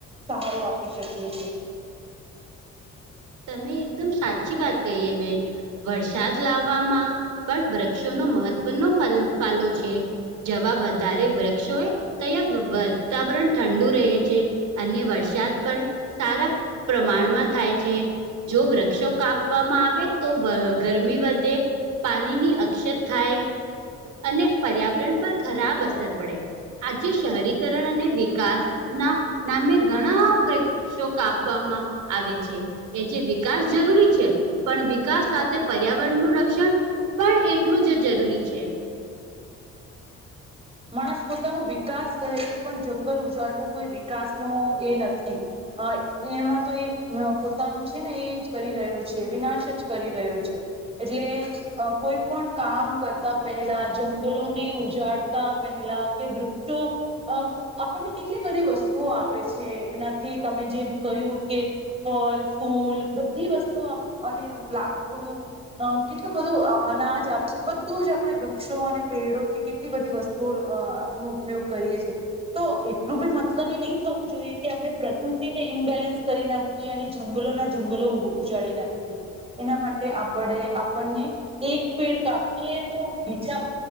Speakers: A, on the right (about 20°); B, on the right (about 80°).
A: સહારો આપી શકીએ છીએ?
B: તમે એકદમ સાચી વાત કહી એ બેન. વરસાદ લાવવામાં પણ વૃક્ષોનો મહત્વનો ફાળો છે. જ્યાં વધારે વૃક્ષો હોય, ત્યાં વાતાવરણ ઠંડુ રહે છે. અને વરસાદ પણ સારા પ્રમાણમાં થાય છે. જો વૃક્ષો કાપવામાં આવે તો, ગરમી વધે. પાણીની અછત થાય અને પર્યાવરણ પર ખરાબ અસર પડે. આજે શહેરીકરણ અને વિકાસ ના નામે ઘણા વૃક્ષો.... વૃક્ષો કાપવામાં આવે છે. એ જે વિકાસ જરૂરી છે, પણ વિકાસ સાથે પર્યાવરણનું રક્ષણ.... પણ એટલું જ જરૂરી છે.
A: માણસ પોતાનો વિકાસ કહે છે. પણ, જંગલ ઉજાડવો કોઈ વિકાસ નો એ નથી. અ એમાં તો એ પોતાનું છે ને એ જ કરી રહ્યો છે. વિનાશ જ કરી રહ્યો છે. એટલે, કોઈ પણ કામ કરતા પહેલા જંગલોને ઉજાડ.... ઉદારતા પહેલા કે વૃક્ષો... અ આપણને કેટલી બધી વસ્તુઓ આપે છે. એનાથી તમે જેમ કહ્યું કે, ફળ, ફૂલ બધી વસ્તુ અને લાકડું.... અ કેટલું બધું અનાજ આપે છે. બધું જ આપણે વૃક્ષો અને પેડોથી કેટલી બધી વસ્તુ.... નો દૂર ઉપયોગ કરીએ છે. તો એટલું બી મતલબી નહી થવું જોઈએ. કે, આપણે પ્રકૃતિને ઇમબેલેન્સ કરી નાખીએ. અને જંગલોના જંગલો ઉજાડી નાખીએ, એના માટે આપણે આપણને..... એક પેડ કાપીએ, તો બીજા